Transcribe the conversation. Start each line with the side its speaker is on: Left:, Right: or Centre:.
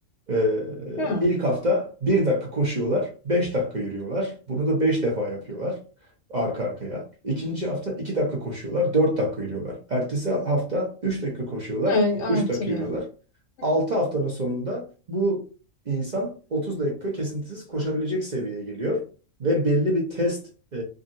Right: Ee,
Left: Hıı.
Right: ilk hafta bir dakika koşuyorlar, 5 dakika yürüyorlar. Bunu da 5 defa yapıyorlar arka arkaya. İkinci hafta 2 dakika koşuyorlar, 4 dakika yürüyorlar. Ertesi hafta 3 dakika koşuyorlar,
Left: Evet, artırıyorlar.
Right: 3 dakika yürüyorlar.
Left: Hı
Right: 6
Left: hı.
Right: haftanın sonunda bu insan 30 dakika kesintisiz koşabilecek seviyeye geliyor ve belli bir test e,